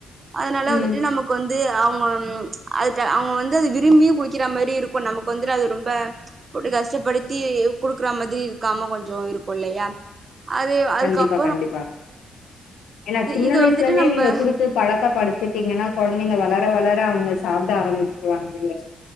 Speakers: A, on the right; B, on the left.
A: அதனால
B: ம்
A: வந்துட்டு நமக்கு வந்து அவ் ம் அதுட்ட அவங்க வந்து அது விரும்பியு குடிக்கற மாரி இருக்கு நமக்கு வந்துட்டு அது ரொம்ப போட்டு கஷ்டப்படுத்தி குடுக்கற மாதிரி இருக்காம கொஞ்சோ இருக்குல்லையா அது அதுக்கப்
B: கண்டிப்பா கண்டிப்பா ஏனா சின்ன
A: இது
B: வயசுலந்தே
A: வந்துட்டு நம்ம
B: நீங்க குடுத்து பழக்க படுத்திடீங்க அ கொழந்தைங்க வளர வளர அவங்க சாப்ட ஆரம்பிச்சிருவாங்க இல்ல